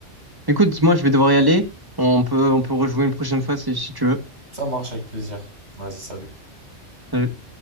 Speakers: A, on the right; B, on the right.
A: Écoute, moi je vais devoir y aller. On peut, on peut rejouer une prochaine fois si, si tu veux.
B: Ça marche avec plaisir. Vas-y, salut.
A: Salut.